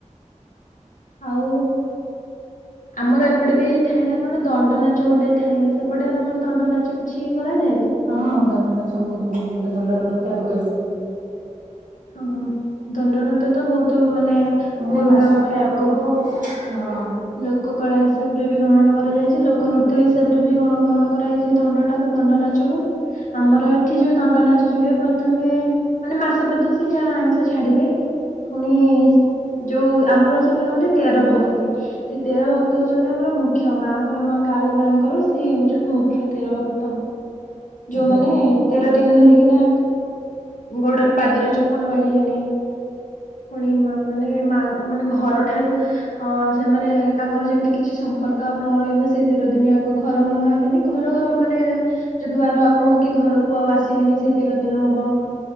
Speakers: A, on the left (about 85°); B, on the right (about 90°).
A: ଆଉ ଆମର ଏପଟେ ବି ଥାଏ ନା କଣ ଦଣ୍ଡ ନାଚ ଗୋଟେ ଥାଏ, ସେପଟେ ତମର ଦଣ୍ଡ ନାଚ କିଛି କରାଯାଏ କି?
B: ହଁ ଦଣ୍ଡ ନାଚ ବହୁତୁ ଗୋଟେ ଦଣ୍ଡା ନୃତ୍ୟ ହୁଏ।
A: ହଁ ଦଣ୍ଡନୃତ୍ୟ ତ ବହୁତୁ ମାନେ
B: ମାନେ
A: ପୁରୁଣା
B: ମାସକ
A: ଗୋଟେ ଲୋକ
B: ଆଗରୁ ହଁ।
A: ଲୋକ କଳା ହିସାବ ରେ ବି ଗ୍ରହଣ କରାଯାଇଛି ଲୋକ ନୃତ୍ୟ ହିସାବରେ ବି ଗ୍ରହଣ କରାଯାଇଛି ଦଣ୍ଡ ଟାକୁ ଦଣ୍ଡ ନାଚ ଆମର ଏଠି ଯୋଉ ଦଣ୍ଡ ନାଚ ଯୁ ହୁଏ ପ୍ରଥମେ ମାନେ ମାସଟେ ତ ସେ ଯାହା ଆଇଁଷ ଛାଡ଼ିବେ। ପୁଣି ଯୋଉ ଆମର ର ସେଠି ରୁହନ୍ତି ତେର ଭକତେ। ସେ ତେର ଭକ୍ତ ହଉଛନ୍ତି ଆମର ମୁଖ୍ୟ ମାଙ୍କର ମା କାଳୀ ମାଙ୍କର ସିଏ ହଉଛନ୍ତି ମୁଖ୍ୟ ତେର ଭକ୍ତ।
B: ଆଜ୍ଞା
A: ଯୋଉମାନେ ତେର ଦିନ ଧରିକି ନା ଗୋଡ଼ରେ ପାଦରେ ଚପଲ ମାଡିବେନି। ପୁଣି ମାନେ ମା ମାନେ ଘରଠାରୁ ଅ ସେମାନେ ତାଙ୍କର ଯେମିତି କିଛି ସମ୍ପର୍କ ଆଉ ନ ରହିବ ସେ ତେର ଦିନିଆଙ୍କ ଘର ମୁହାଁ ହେବେନି ଘର ମାନେ ଯୋ ଦୁଆାର ମୁହଁ କି ଘରକୁ ଆଉ ଆସିବେନି ସେ ତେର ଦିନ ହବ।